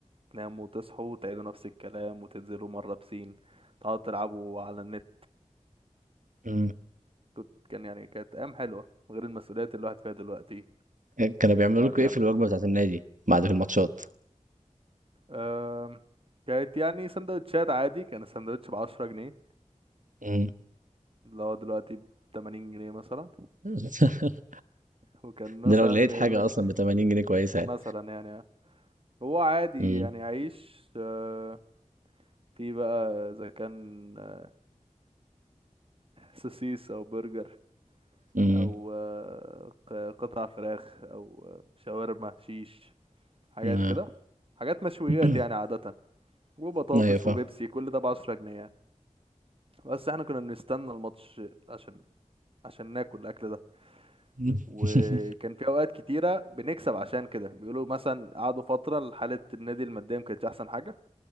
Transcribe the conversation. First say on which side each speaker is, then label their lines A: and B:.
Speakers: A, on the right; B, on the right.
A: وتناموا وتصحوا وتعيدوا نفس الكلام وتنزلوا مرة بسين تقعدوا تلعبوا على النت
B: إمم،
A: كنت كان يعني كانت ايام حلوة غير المسؤوليات اللي الواحد فيها دلوقتي
B: ك كانوا بيعملوا
A: بعد
B: لكم
A: يعمل
B: إيه في الوجبة بتاعة النادي بعد الماتشات؟
A: أم... كانت يعني سندوتشات عادي كان السندوتش بعشرة جنيه
B: إمم،
A: اللي هو دلوقتي بتمانين جنيه مثلا
B: <laughs>
A: وكان مثلا
B: ده لو لقيت حاجة
A: يقول لك
B: أصلًا ب80 جنيه كويسة
A: مثلا
B: يعني،
A: يعني هو عادي
B: إمم،
A: يعني عيش آه، في بقى اذا كان آه، سوسيس او برجر
B: إمم،
A: او آه، ق- قطع فراخ او آه، شاورما شيش حاجات
B: آه،
A: كده حاجات مشويات
B: <clears throat>
A: يعني عادة وبطاطس
B: أيوه فاهمك،
A: وبيبسي كل ده بعشرة جنيه يعني بس احنا كنا بنستنى الماتش عشان عشان ناكل الاكل ده
B: <laughs>
A: وكان في اوقات كتيرة بنكسب عشان كده بيقولوا مثلا قعدوا فترة حالة النادي المادية ما كانتش احسن حاجة